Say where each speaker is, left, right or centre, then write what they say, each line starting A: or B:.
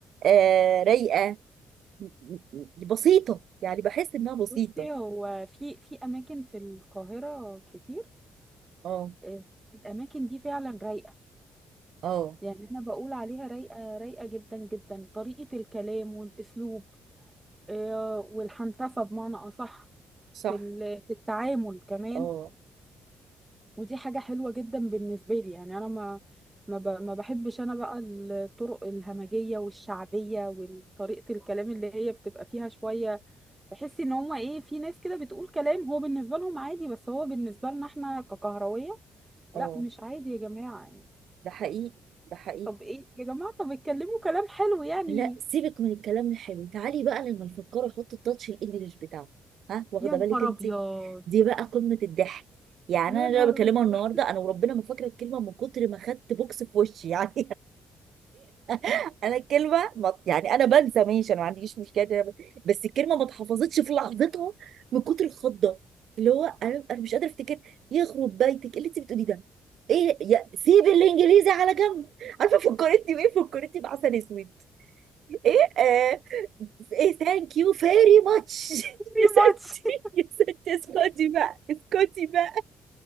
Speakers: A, on the right; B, on the right.
A: آه رايقة م- م- بسيطة يعني بحس إنها بسيطة
B: بصي هو في في اماكن في القاهره كتير
A: اه
B: آه، الاماكن دي فعلا رايقه
A: اه
B: يعني انا بقول عليها رايقه رايقه جدا جدا طريقه الكلام والاسلوب آه، والحنتفه بمعنى اصح
A: صح
B: في ال- في التعامل كمان
A: اه
B: ودي حاجه حلوه جدا بالنسبه لي يعني انا ما ما ب- ما بحبش انا بقى الطرق الهمجيه والشعبيه وطريقه الكلام اللي هي بتبقى فيها شويه تحسي ان هما ايه في ناس كده بتقول كلام هو بالنسبه لهم عادي بس هو بالنسبه لنا احنا ككهرويه لا
A: اه
B: مش عادي يا جماعه يعني
A: ده حقيقي ده حقيقي
B: طب ايه يا جماعه طب اتكلموا كلام حلو يعني
A: لا سيبك من الكلام الحلو تعالي بقى لما الفكار احط التاتش الانجليش بتاعه ها واخده
B: يا نهار
A: بالك انت
B: ابيض
A: دي بقى قمه الضحك يعني
B: يا
A: انا اللي
B: نهار
A: أنا بكلمها
B: ابيض
A: النهارده انا وربنا ما فاكره الكلمه من كتر ما خدت بوكس في وشي يعني <laughs> انا الكلمه ما- يعني انا بنسى ماشي انا ما عنديش مشكله إن أنا ب- بس الكلمه ما اتحفظتش في لحظتها من كتر الخضه اللي هو انا انا مش قادره افتكر يخرب بيتك إيه اللي انت بتقوليه ده ايه يا سيب الانجليزي على جنب عارفه فكرتني بايه فكرتني بعسل اسود ايه آه، ايه ثانك يو فيري ماتش <laughs>
B: في
A: يا ستي
B: ماتش <laughs>
A: يا ستي اسكتي بقى اسكتي بقى